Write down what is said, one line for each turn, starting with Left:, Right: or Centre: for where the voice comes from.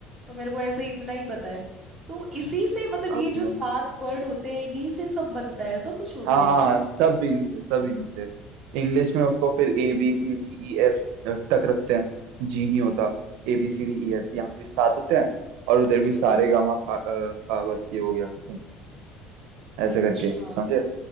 Centre: तो मेरे को ऐसे इतना ही पता है तो इसी से मतलब ये
Right: ओके
Centre: जो सात वर्ड होते हैं इन्हीं से सब बनता है ऐसा कुछ होता
Right: हाँ
Centre: है क्या
Right: सब इन्हीं से सब इन्हीं से इंग्लिश में उसको फिर A B C D E F तक रखते हैं जी नहीं होता A B C D E F यहाँ पे भी सात होते हैं और उधर भी सारे गामा पा, अ, पा बस ये हो गया खत्म ऐसे
Centre: अच्छा
Right: करके समझे